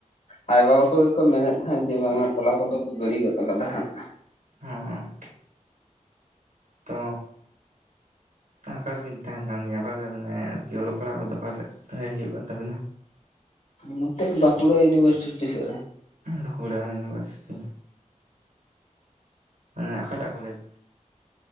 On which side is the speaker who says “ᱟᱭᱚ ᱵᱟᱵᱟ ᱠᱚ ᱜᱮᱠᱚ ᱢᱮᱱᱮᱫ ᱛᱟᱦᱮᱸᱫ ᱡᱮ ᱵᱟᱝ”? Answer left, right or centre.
Left